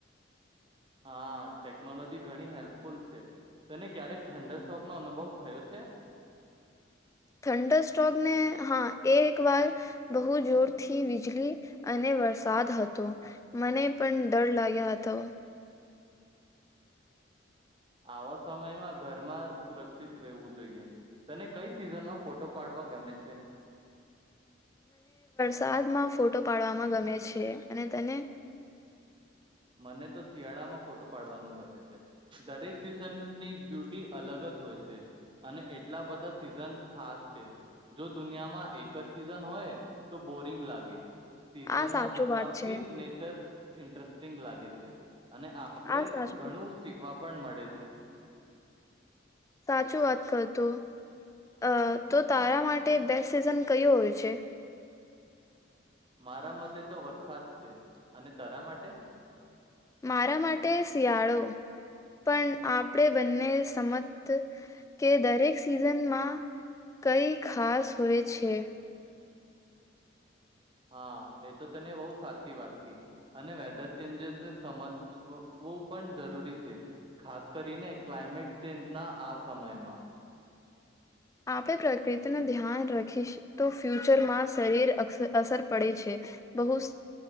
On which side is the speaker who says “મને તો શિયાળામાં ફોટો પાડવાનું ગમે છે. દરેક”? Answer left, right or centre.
Right